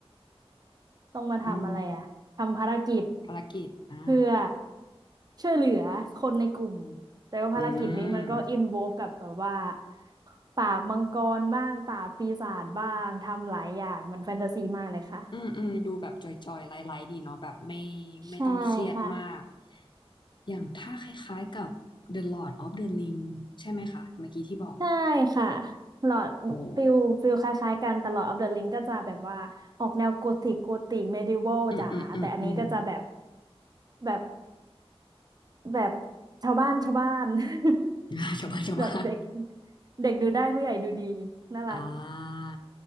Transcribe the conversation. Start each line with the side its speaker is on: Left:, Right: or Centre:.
Right: ำต้องมาทำอะไรอะทำภารกิจ
Left: อืมภารกิจอ่า
Right: เพื่อช่วยเหลือคนในกลุ่ม แต่ว่าภารกิจนี้มันก็อินโวลกับแบบว่า
Left: อืม
Right: ปราบมังกรบ้างปราบปีศาจบ้างทำหลายอย่างมันแฟนตาซีมากเลยค่ะ
Left: อืมอืมดูแบบจอยๆไลท์ๆดีเนาะแบบไม่ไม่ต้องเครียดมาก
Right: ใช่ค่ะ
Left: อย่างถ้าคล้ายๆกับ The Lord of the Ring ใช่ไหมคะเมื่อกี้ที่บอก
Right: ใช่ค่ะหลอดฟิลฟิลคล้ายๆกันแต่หลอดออฟเดอะลิงก็จะแบบว่าออกแนวโกธิกโกธิกเมดิวัลจ๋าแต่อันนี้ก็จะแบบ
Left: โอ้อืมอืมอืมอืม
Right: แบบแบบชาวบ้านชาวบ้าน <laughs>
Left: <laughs> ชาวบ้านชาวบ้าน
Right: แบบเด็กเด็กดูได้ผู้ใหญ่ดูดีน่ารัก
Left: อ่า